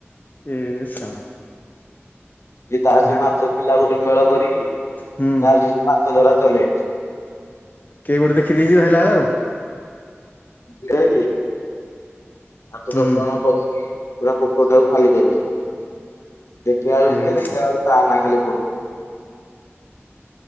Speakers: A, on the left (about 40°); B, on the left (about 75°).
A: ଏ ଶଳା
B: କି ତା
A: ଧର
B: ସେ ମାଛ ପିଲା ଗୋଟେ ମେଳ କରିକି ତା
A: ହୁଁ
B: ମାଛ ଧରା ଚଲେଇଛି।
A: କେ ଗୋଟେ ଦେଖି ଦେଇଛି ଧଇଲା ବେଳେ ଆଉ।
B: ବୁଲିବଳୀ ଆତ
A: ହୁଁ
B: ଦଶ ଜଣ ପସିକି। ପୁରା ପୋଖରି ଟାକୁ ଖାଲି କରି ଦେଇଛନ୍ତି ଦେଖିଲା ଲାକୁ
A: ଏ
B: କିଏ ଦେଖିବା
A: ଶଳା
B: ବେଳ ତା ନା ଖାଲି ପଡ।